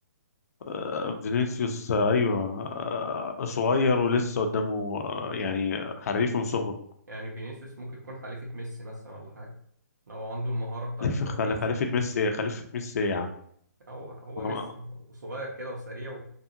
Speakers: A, on the left; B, on the right.
A: آه، فينيسيوس آه، ايوه آه، صغير ولسه قدامه آه، يعني حريف من صغره
B: يعني فينيسيوس ممكن يكون حليفة ميسي مثلا ولا حاجة لو عنده المهارة بتاعة
A: خليفه
B: الترقيص
A: خل- خليفه ميسي خليفه ميسي يا عم
B: هو هو
A: انا
B: ميسي وصغير كده وسريع